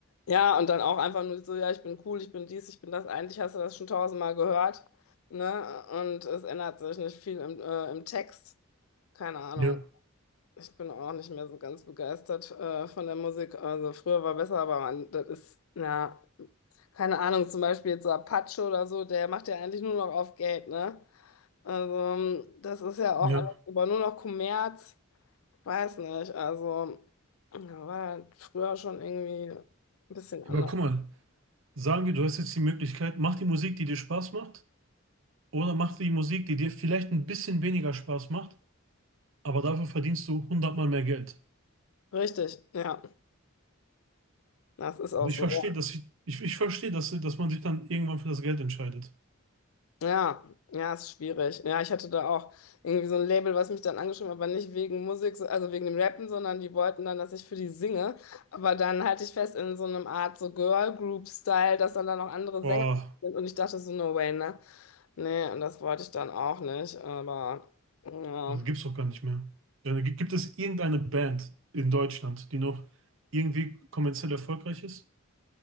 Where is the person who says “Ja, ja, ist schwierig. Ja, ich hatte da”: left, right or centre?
Left